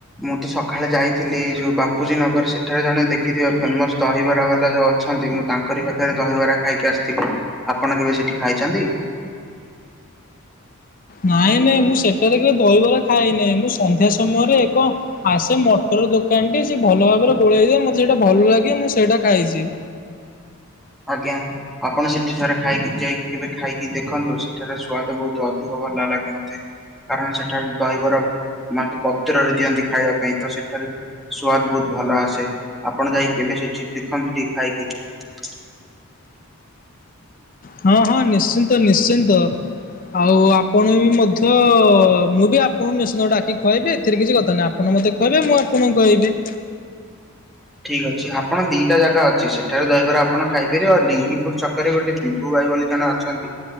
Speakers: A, in the centre; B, on the left.
A: ମୁଁ ତ ସକାଳେ ଯାଇଥିଲି ଏଇ ଯୋଉ ବାପୁଜୀ ନଗର ସେଠାରେ ଜଣେ ଦେଖିଥିବେ ଫେମସ ଦହିବରା ବାଲା ଜ ଅଛନ୍ତି ମୁଁ ତାଙ୍କରି ପାଖରେ ଦହିବରା ଖାଇକି ଆସିଥିଲି ଆପଣ କେବେ ସେଠି ଖାଇଛନ୍ତି?
B: ନାଇଁ ନାଇଁ ମୁଁ ସେଠାରେ କେବେ ଦହିବରା ଖାଇ ନାହିଁ। ମୁଁ ସନ୍ଧ୍ୟା ସମୟରେ ଏକ ଆ ସେ ମଟର ଦୋକାନଟି ସିଏ ଭଲ ଭାବରେ ଗୋଳାଇଦିଏ ମୋତେ ସେଇଟା ଭଲ ଲାଗେ ମୁଁ ସେଇଟା ଖାଇଚି।
A: ଆଜ୍ଞା। ଆପଣ ସେଠି ଥରେ ଖାଇକି ଯାଇକି କେବେ ଖାଇକି ଦେଖନ୍ତୁ ସେଠାର ସ୍ଵାଦ ବହୁତ ଅଧିକ ଭଲ ଲାଗେ ମୋତେ। କାରଣ ସେଠାରେ ଦହିବରା ମାନେ ପତ୍ରରେ ଦିଅନ୍ତି ଖାଇବା ପାଇଁ। ତ ସେଠାରେ ସୁଆଦ ବହୁତ୍ ଭଲ ଆସେ। ଆପଣ ଯାଇ କେବେ ସେଠି ଦେଖନ୍ତୁ କେବେ ଖାଇକି।
B: ହଁ ହଁ ନିଶ୍ଚିନ୍ତ ନିଶ୍ଚିନ୍ତ। ଆଉ ଆପଣ ବି ମଧ୍ୟ ମୁଁ ବି ଆପଣଙ୍କୁ ନିଶ୍ଚିନ୍ତ ଡାକି ଖୁଆଇବି ଏଥିରେ କିଛି କଥା ନାହିଁ। ଆ ଆପଣ ମୋତେ ଖୁଆଇବେ ମୁଁ ଆପଣଙ୍କୁ ଖୁଆଇବି।
A: ଠିକ୍ ଅଛି। ଆପଣ ଦିଟା ଜାଗା ଅଛି ସେଠାରେ ଦହିବରା ଆପଣ ଖାଇପାରିବେ। ଆଉ ଲିଙ୍ଗିପୁର ଛ କରେ ଗୋଟେ ବିଭୁ ଭାଇ ବୋଲି ଜଣେ ଅଛନ୍ତି,